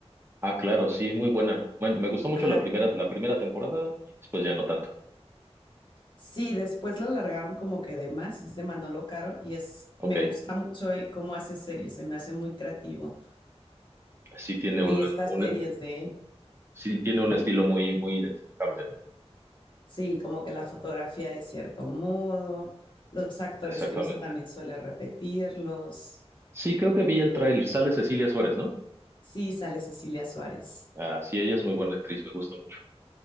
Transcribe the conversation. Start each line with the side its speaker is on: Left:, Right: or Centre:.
Right: Ah, claro, sí, muy buena. Bueno, me gustó mucho
Left: Ajá.
Right: la primera, la primera temporada y después ya no tanto.
Left: Sí, después la alargaron como que de más, es de Manolo Caro y es,
Right: Ok,
Left: me gusta mucho él cómo hace series, se me hace muy creativo.
Right: sí tiene un,
Left: Y estas
Right: un-
Left: series de él.
Right: sí tiene un estilo muy, muy identificable, ¿no?
Left: Sí, como que la fotografía de cierto modo, los actores
Right: Exactamente.
Left: que usa también suele repetirlos.
Right: Sí, creo que vi el tráiler. Sale Cecilia Suárez, ¿no?
Left: Sí, sale Cecilia Suárez.
Right: Ah, sí, ella es muy buena actriz, me gusta mucho.